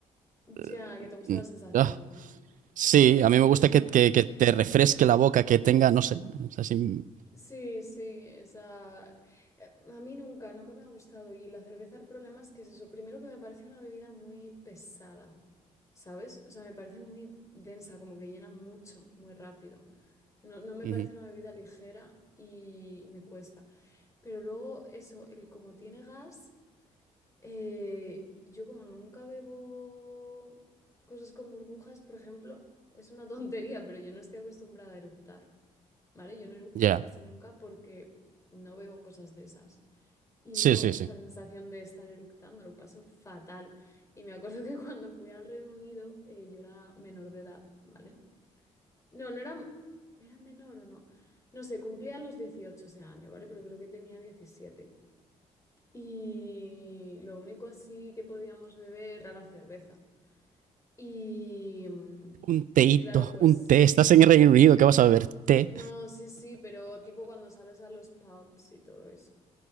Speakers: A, on the right; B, on the left.
A: eh,
B: Ya, que te gusta la sensación,
A: ah,
B: ¿no?
A: Sí, a mí
B: No.
A: me gusta que, que- que te
B: mm.
A: refresque la boca, que tenga, no sé, es así.
B: Sí, sí, esa... eh, A mí nunca, nunca me ha gustado. Y la cerveza, el problema es que es eso. Primero que me parece una bebida muy pesada, ¿sabes? O sea, me parece muy densa, como que llena mucho, muy rápido. No, no me
A: ujú,
B: parece una bebida ligera y, y me cuesta. Pero luego eso, el como tiene gas, eh, yo como nunca bebo cosas con burbujas, por ejemplo, es una <laughs> tontería, pero yo no estoy acostumbrada a eructar. ¿vale? Yo no eructo
A: Ya.
B: casi nunca porque no bebo cosas de esas. Y
A: Sí,
B: no me
A: sí,
B: gusta
A: sí.
B: la sensación de estar eructando, lo paso fatal. Y me acuerdo que <laughs> cuando fui al Reino Unido eh, yo era menor de edad, ¿vale? No, no era, era menor o no. No sé, cumplía los 18 ese año, ¿vale? Pero creo que tenía diecisiete Y lo único así que podíamos beber era la cerveza. Y, mm,
A: Un teíto,
B: y claro, pues,
A: un té. Estás en el Reino Unido, ¿qué vas a beber? Té.
B: no, sí, sí, pero tipo cuando sales a los pubs y todo eso.